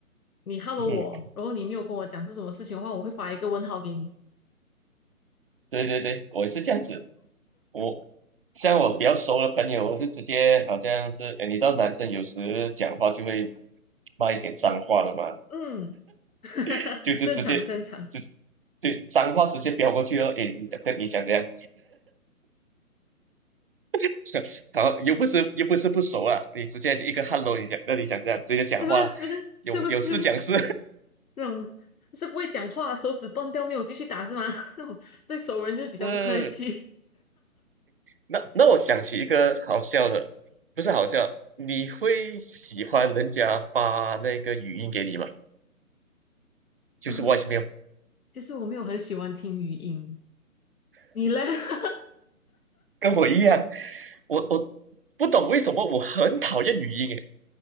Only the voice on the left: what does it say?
你 hello
我，然后你没有跟我讲是什么事情的话，我会发一个问号给你。
嗯，<laughs>
正常正常，
是不是？是不是
那种是不会讲话，手指断掉没有继续打是吗？<laughs> 那种对熟人就是比较不客气。
嗯，
其实我没有很喜欢听语音，你嘞？<laughs>